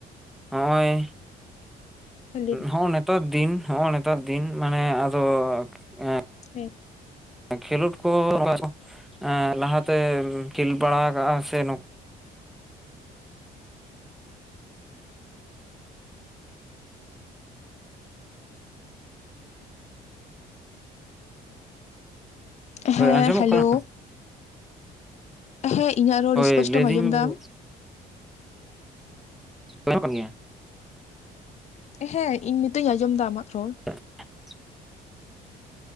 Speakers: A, in the centre; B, on the left (about 40°).
A: ᱦᱚᱜᱼᱚᱭ।
B: ᱦᱮᱸ
A: ᱦᱚᱜᱼ ᱱᱮ <unintelligible> ᱼᱼ ᱛᱟᱨ ᱫᱤᱱ, ᱦᱚᱸᱜᱼᱚᱭ ᱱᱮᱛᱟᱨ ᱫᱤᱱ। ᱢᱟᱱᱮ ᱟᱫᱚ ᱮᱸ ᱼᱼ
B: <unintelligible>
A: ᱠᱷᱮᱞᱳᱰ ᱠᱚ <unintelligible> ᱞᱟᱦᱟ ᱛᱮ ᱠᱷᱮᱞ ᱵᱟᱲᱟ ᱠᱟᱜᱼᱟ ᱥᱮ ᱼᱼ
B: ᱦᱮᱸ
A: ᱦᱳᱭ, ᱟᱸᱡᱚᱢᱚᱜ
B: ᱦᱮᱞᱳ
A: ᱠᱟᱱᱟ?
B: ᱦᱮᱸ, ᱤᱧᱟᱹᱜ ᱨᱚᱲ
A: ᱦᱳᱭ
B: ᱤᱥᱯᱚᱥᱴᱚᱢ
A: ᱞᱟᱹᱭᱫᱟᱹᱧ
B: ᱟᱸᱡᱚᱢ ᱮᱫᱟᱢ?
A: <unintelligible> ᱠᱟᱱ ᱜᱮᱭᱟ।
B: ᱦᱮᱸ, ᱤᱧ ᱱᱤᱛᱚᱜ ᱤᱧ ᱟᱸᱡᱚᱢ ᱮᱫᱟ ᱟᱢᱟᱜ ᱨᱚᱲ।
A: <inaudible>